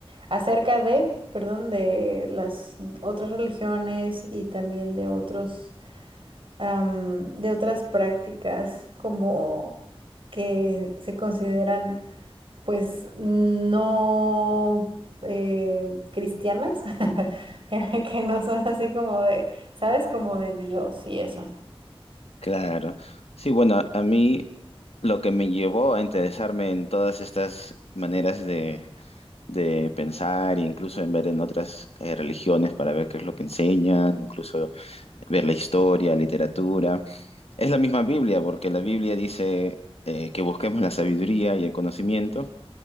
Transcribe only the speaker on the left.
Claro. Sí, bueno, a a mí lo que me llevó a interesarme en todas estas maneras de, de pensar e incluso en ver en otras eh, religiones para ver qué es lo que enseñan, incluso ver la historia, literatura, es la misma Biblia, porque la Biblia dice eh, que busquemos la sabiduría y el conocimiento,